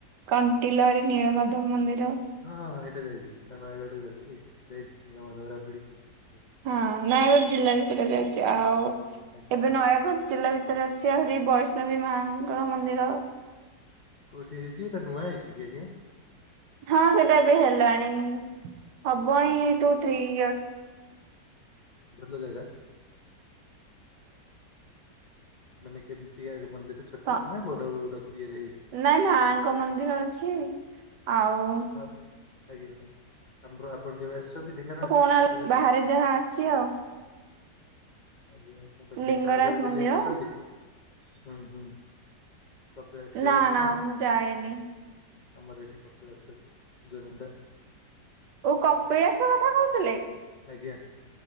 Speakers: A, on the right; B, on the left.
A: କଣ୍ଟିଲରେ ନୀଳମାଧବ ମନ୍ଦିର।
B: ହଁ ହଁ ହେଇଟା ଯାଇଛିି ହେଟା ନୟାଗଡ଼ ରେ ଯାଉଛି କି ଯାଇଛି ନୀଳମାଧବ ରାବିଡ଼ି ଖାଇଛି।
A: ହଁ ନୟାଗଡ଼ ଜିଲ୍ଲାରେ ସେଟା ଯାଉଛି ଆଉ
B: ଆଜ୍ଞା
A: ଏବେ ନୟାଗଡ ଜିଲ୍ଲା ଭିତରେ ଅଛି ଆହୁରି ବୈଷ୍ଣବୀ ମାଙ୍କ ମନ୍ଦିର।
B: କୋଉଠି ହେଇଛି ଏଟା ନୂଆ ହେଇଛି କି ଆଜ୍ଞା।
A: ହଁ ସେଇଟା ଏବେ ହେଲାଣି ହବଣି ଏଇ
B: ଆଚ୍ଛା,
A: ଟୁ ଥ୍ରୀ ଇୟ
B: ଭଲ ଜାଗା? ମାନେ କେମତିକା ମନ୍ଦିର? ଛୋଟ
A: ତ
B: ନା ବଡ ଇଏରେ ହେଇଛି
A: ନାଇଁ ମାଙ୍କ ମନ୍ଦିର ଅଛି ଆଉ
B: ଆଉ ଆଜ୍ଞା ଆଜ୍ଞା ଆମର ଆପଣ କେବେ ଆସିଛନ୍ତି? ଢେଙ୍କାନାଳ
A: <unintelligible>
B: କପିଳାସ
A: ବାହାରେ ଯାହା ଅଛି ଆଉ।
B: ଆଜ୍ଞା ମୁ କହିଲି
A: ଲିଙ୍ଗରାଜ
B: ଢେଙ୍କାନାଳ କେବେ
A: ମନ୍ଦିର
B: ବୁଲି ଆସିଛନ୍ତି? ହୁଁ ହୁଁ କପିଳାସ କେବେ
A: ନା
B: ଆସିଛନ୍ତି?
A: ନା ମୁଁ ଯାଏନି
B: ଆମର ଏଇଠି କପିଳାସ ଅଛି ଜୋରୋନ୍ଦା।
A: ଓ କପିଳାସ କଥା କହୁଥିଲେ।
B: ଆଜ୍ଞା।